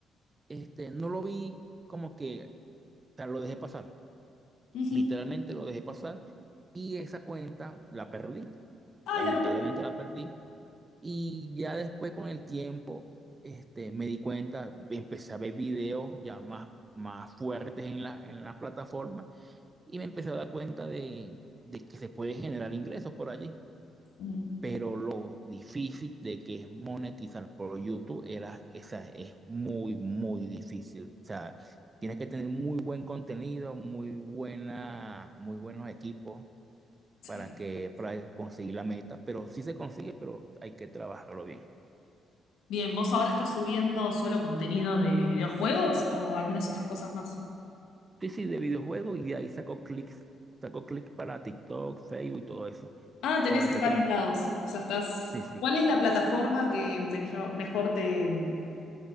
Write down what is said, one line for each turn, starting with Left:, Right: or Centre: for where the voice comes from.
Right: este, no lo vi como que, o sea, lo dejé pasar.
Left: Ujú.
Right: Literalmente lo dejé pasar y esa cuenta la perdí.
Left: Ay,
Right: Lamentablemente
Left: la perdí.
Right: la perdí. Y ya después con el tiempo, este, me di cuenta, empecé a ver videos ya más, más fuertes en la, en la plataforma y me empecé a dar cuenta de, de que se puede generar ingresos por allí.
Left: Mm,
Right: pero lo difícil de que es monetizar por YouTube era, esa es muy, muy difícil. O sea, tienes que tener muy buen contenido, muy buena, muy buenos equipos
Left: sí.
Right: para que, para conseguir la meta, pero sí se consigue, pero hay que trabajarlo bien.
Left: Bien, ¿vos ahora estás subiendo solo contenido de videojuegos o algunas otras cosas más?
Right: Sí, sí, de videojuegos y de ahí saco clics, saco clics para TikTok, Facebook y todo eso.
Left: Ah,
Right: Ahora
Left: tenés en
Right: te
Left: varios
Right: cuento,
Left: lados. O sea, estás.
Right: sí, sí.
Left: ¿Cuál es la plataforma que mejor, mejor te, mejor